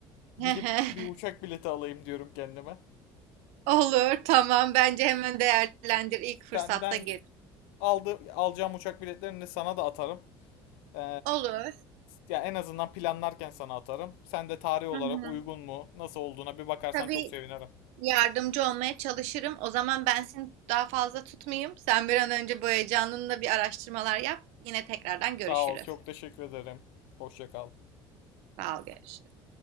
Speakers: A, on the right (about 75°); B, on the left (about 80°).
A: <laughs>
B: Gidip bir uçak bileti alayım diyorum kendime.
A: Olur, tamam. Bence hemen değerlendir ilk fırsatta
B: Senden
A: git.
B: aldı, alacağım uçak biletlerini sana da atarım. Ee,
A: Olur.
B: Ya en azından planlarken sana atarım. Sen de tarih olarak
A: Hı hı.
B: uygun mu, nasıl olduğuna bir bakarsan
A: Tabii
B: çok sevinirim.
A: yardımcı olmaya çalışırım. O zaman ben seni daha fazla tutmayayım. Sen bir an önce bu heyecanınla bir araştırmalar yap. Yine tekrardan görüşürüz.
B: Sağ ol, çok teşekkür ederim. Hoşça kal.
A: Sağ ol, görüşürüz.